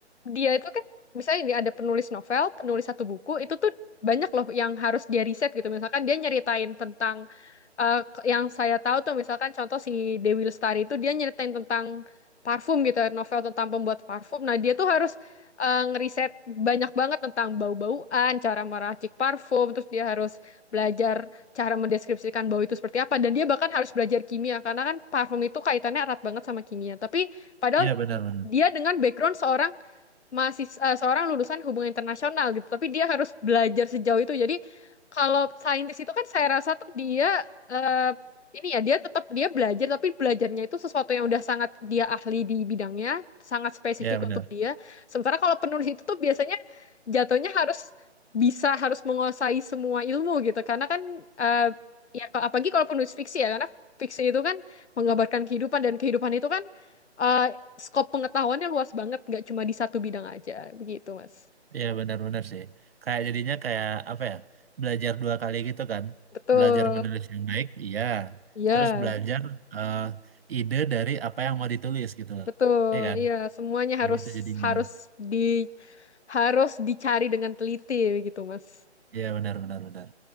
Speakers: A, on the left; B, on the right.
A: dia itu kan misalnya ini ada penulis novel, penulis satu buku, itu tuh banyak loh yang harus dia riset gitu. Misalkan dia nyeritain tentang eh, ke- yang saya tahu tuh misalkan contoh si Dewi Lestari itu dia nyeritain tentang parfum gitu, novel tentang pembuat parfum. Nah, dia tuh harus eh, ngeriset banyak banget tentang bau-bauan, cara meracik parfum, terus dia harus belajar cara mendeskripsikan bau itu seperti apa dan dia bahkan harus belajar kimia karena kan parfum itu kaitannya erat banget sama kimia. Tapi padahal
B: iya benar benar
A: dia dengan background seorang masih eh, seorang lulusan hubungan internasional gitu, tapi dia harus belajar sejauh itu. Jadi kalau saintis itu kan saya rasa tuh dia eh, ini ya dia tetap dia belajar, tapi belajarnya itu sesuatu yang udah sangat dia ahli di bidangnya, sangat spesifik
B: iya benar
A: untuk dia. Sementara kalau penulis itu tuh biasanya jatuhnya harus bisa harus menguasai semua ilmu gitu, karena kan eh, ya apalagi kalau penulis fiksi ya, karena fiksi itu kan menggambarkan kehidupan dan kehidupan itu kan eh, skop pengetahuannya luas banget, nggak cuma di satu bidang aja, begitu Mas.
B: iya benar benar sih kayak jadinya kayak apa ya belajar dua kali gitu kan
A: Betul,
B: belajar menulis yang baik iya
A: iya,
B: terus belajar eh, ide dari apa yang mau ditulis gitu loh
A: betul,
B: iya kan
A: iya, semuanya harus
B: Ya gitu jadinya
A: harus di harus dicari dengan teliti, begitu Mas.
B: iya benar benar benar